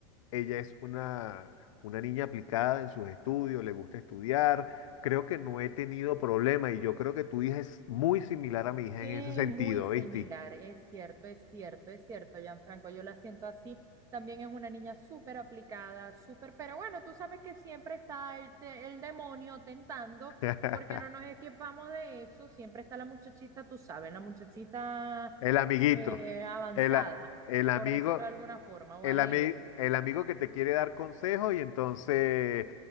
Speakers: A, on the left (about 80°); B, on the right (about 20°).
A: Ella es una, una niña aplicada en sus estudios, le gusta estudiar. Creo que no he tenido problema y yo creo que tu hija es muy similar a mi hija
B: Sí,
A: en ese sentido,
B: muy similar,
A: ¿viste?
B: es cierto, es cierto, es cierto, Gianfranco, yo la siento así. También es una niña súper aplicada, súper, pero bueno, tú sabes que siempre está el, te- el demonio tentando,
A: <laughs>
B: porque no nos escapamos de eso, siempre está la muchachita, tú sabes, la muchachita
A: El amiguito,
B: eh, avanzada,
A: el, a- el amigo.
B: por decirlo de alguna forma, o
A: El,
B: alegre.
A: ami- el amigo que te quiere dar consejos y entonces